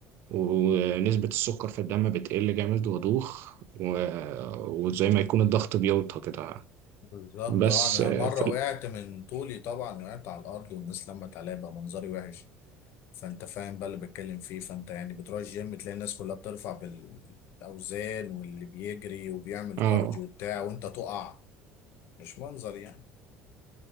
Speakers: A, on the right (about 60°); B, on the left (about 65°).
A: ونسبة السكر في الدم بتقل جامد وأدوخ و- وزي ما يكون الضغط بيوطى كده
B: بالظبط
A: بس
B: اه انا
A: آه،
B: مره
A: في
B: وقعت
A: ال...
B: من طولي طبعا وقعت على الارض والناس لمت عليا بقى منظري وحش فانت فاهم بقى اللي بتكلم فيه فانت يعني بتروح الجيم تلاقي الناس كلها بترفع بالاوزان واللي بيجري وبيعمل
A: اه
B: كارديو وبتاع وانت تقع مش منظر يعني